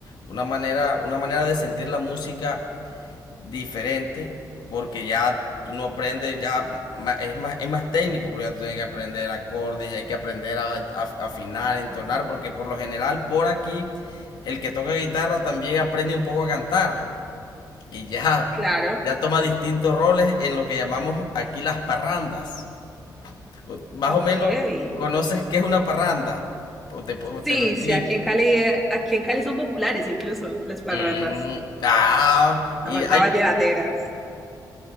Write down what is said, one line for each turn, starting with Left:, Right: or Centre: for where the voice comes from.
Left: Una manera, una manera de sentir la música diferente porque ya uno aprende, ya ma- es más, es más técnico porque ya tú tienes que aprender acordes y hay que aprender a, a- a afinar, entonar,
Centre: Mm,
Left: porque por lo general por aquí el que toca guitarra también aprende un poco a cantar y ya,
Centre: Claro,
Left: ya toma distintos roles en lo que llamamos aquí las parrandas. O- Más
Centre: ok.
Left: o menos conoces qué es una parranda o te, o te
Centre: Sí,
Left: lo explico.
Centre: sí, aquí en Cali, aquí en Cali son populares incluso las parrandas,
Left: Mm, ah,
Centre: parrandas
Left: y hay
Centre: vallenateras.